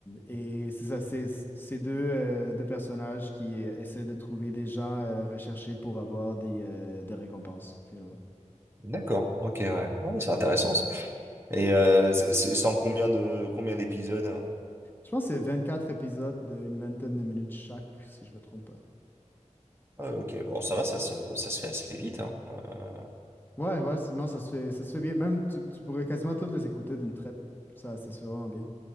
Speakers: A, on the left; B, on the right.
A: et c'est ça, c'est ces deux, euh, deux personnages qui euh, essaient de trouver des gens euh, recherchés pour avoir des, euh, des récompenses, finalement.
B: D'accord. Ok, ouais. Ah ouais, c'est intéressant ça. Et euh, c'est c'est- c'est en combien de combien d'épisodes? hein
A: Je pense que c'est quatre épisodes d'une vingtaine de minutes chaque, si je me trompe pas.
B: Ah ouais, ok. Bon, ça va, ça se ça se fait assez vite. Hein. Euh,
A: Ouais, ouais, c'est- non, ça se fait, ça se fait bien. Même, tu, tu pourrais quasiment toutes les écouter d'une traite. Ça, ça se fait vraiment bien.